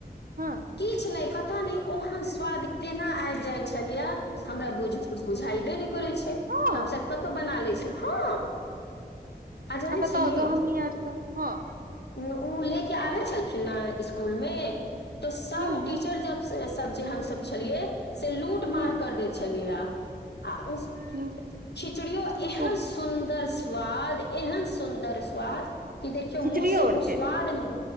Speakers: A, on the right; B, on the left.
A: हँ
B: किछु नहि पता नहि ओहन स्वाद केना आबि जाय छलये हमरा बुझ बुझैबे नै करै छै
A: हँ
B: हमसभ कतहु बना लै छी हँ आ जानै
A: बताउ
B: छीहि
A: तऽ हमनी आर तऽ हँ
B: उ उ लेके आबै छलखिन नऽ स्कूल मे तो सब
A: हूँ
B: टीचर जब सब जे हमसभ छलियै से लूट मार
A: हूँ
B: कर देै छलियै य आ उस
A: हूँ
B: खिचड़ीयो एहन
A: तो
B: सुन्दर स्वाद एहन सुन्दर स्वाद कि देखियौ
A: खिचड़ी
B: मुँह
A: और
B: से उ
A: के
B: स्वाद ने